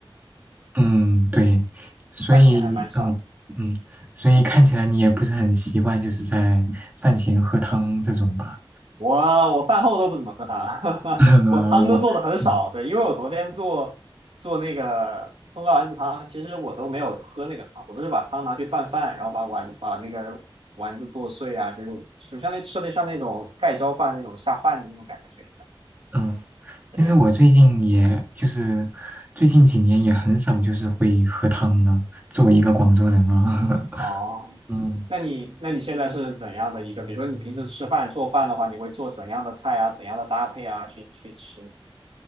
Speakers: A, on the right; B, on the right.
A: 嗯，对，所以嗯嗯，
B: 饭前还蛮少的。
A: 所以看起来你也不是很习惯，就是在饭前喝汤这种吧？
B: 我我饭后都不怎么喝汤，
A: <laughs> 呃，
B: <laughs> 我汤都做的很少。
A: 我嗯
B: 对，因为我昨天做做那个冬瓜丸子汤，其实我都没有喝那个汤，我都是把汤拿去拌饭，然后把丸把那个丸子剁碎啊，就是就像那吃的像那种盖浇饭那种下饭的那种感觉一样。
A: 嗯，其实我最近也就是最近几年也很少就是会喝汤了，
B: 对，
A: 作为一个广州人啊，
B: 哦，
A: <laughs> 嗯。
B: 那你那你现在是怎样的一个？比如说你平时吃饭做饭的话，你会做怎样的菜啊？怎样的搭配啊？去去吃，